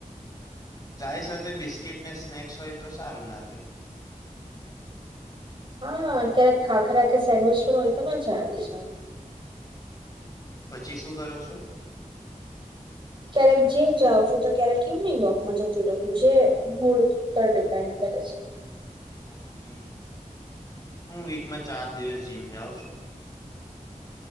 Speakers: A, on the left; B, on the right.
A: ચાય સાથે બિસ્કીટ ને સ્નેક્સ હોય તો સારું લાગે.
B: હા ક્યારેક ખાખરા કે સેન્ડવીચ પણ હોય તો મજા આવી જાય.
A: પછી શું કરો છો?
B: ક્યારેક જીમ જાઓ છો તો ક્યારેક કયુમીગ વોકમાં જતી રહ છું, જે મૂળ પર ડિપેન્ડ કરે છે.
A: ઓકે, હું વીકમાં ચાર દિવસ જીમ જાઉં છું.